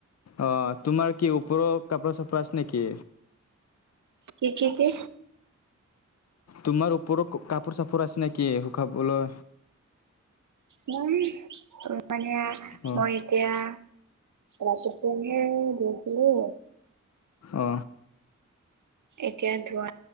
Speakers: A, on the left; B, on the right.
A: অ' তোমাৰ কি ওপৰৰ কাপোৰ চাপোৰ আছে নেকি?
B: কি কি কি?
A: তোমাৰ ওপৰৰত কাপোৰ চাপোৰ আছে নেকি শুখাবলৈ?
B: মই মানে
A: অ
B: মই এতিয়া। ৰাতিপিনে দিছিলো।
A: অ
B: এতিয়া ধোৱা